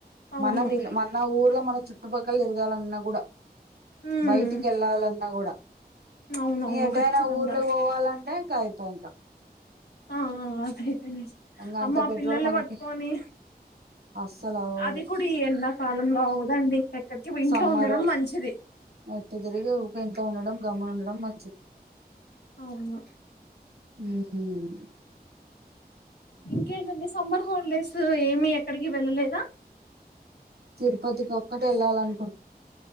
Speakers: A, on the left (about 85°); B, on the right (about 70°).
A: అవును
B: మనవి మన ఊర్లో మన చుట్టుపక్కల తిరగాలన్నా కుడా
A: ఉమ్
B: బయటికి ఎళ్లాలన్నా కుడా
A: అవునవును
B: ఇగ ఎటైనా
A: ఖచ్చితంగా
B: ఊర్లకు పోవాలంటే ఇంకా కయితే ఇంక
A: ఆ ఆ అదయితేనే
B: ఇంకా అంత
A: అమ్మ ఆ
B: పెట్రోల్
A: పిల్లల్ని
B: మనకి
A: పట్టుకొని
B: అస్సలు అవ్వదు
A: అది కూడా ఈ ఎండాకాలంలో అవుదండి ఎక్కడికి ఇంట్లో
B: సమ్మర్
A: ఉండడం మంచిది
B: ఎట్టు తిరిగి ఊకే ఇంట్లో ఉండడం గమున ఉండడం మంచిది
A: అవును
B: హ్మ్ ఉహ్మ్
A: ఇంకేంటండి సమ్మర్ హాలిడేసు ఏమి ఎక్కడికి వెళ్ళలేదా
B: తిరుపతికి ఒక్కటే ఏళ్ళాలను